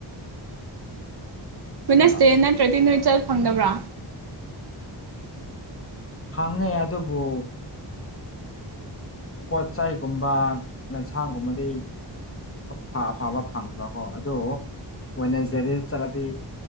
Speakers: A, on the right (about 60°); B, on the left (about 30°).
A: ꯋꯦꯗꯅꯁꯗꯦ
B: ꯍꯣꯏ
A: ꯅꯠꯇ꯭ꯔꯗꯤ ꯅꯣꯏ ꯆꯠ ꯐꯪꯗꯕ꯭ꯔꯥ
B: ꯐꯪꯉꯦ ꯑꯗꯨꯕꯨ ꯄꯣꯠ ꯆꯩꯒꯨꯝꯕ ꯌꯦꯟꯁꯥꯡꯒꯨꯝꯕꯗꯤ ꯑꯐ ꯑꯐꯥꯕ ꯐꯪꯗꯕꯀꯣ ꯑꯗꯨ ꯋꯦꯗꯅꯔ꯭ꯁꯗꯦ ꯗ ꯆꯠꯂꯗꯤ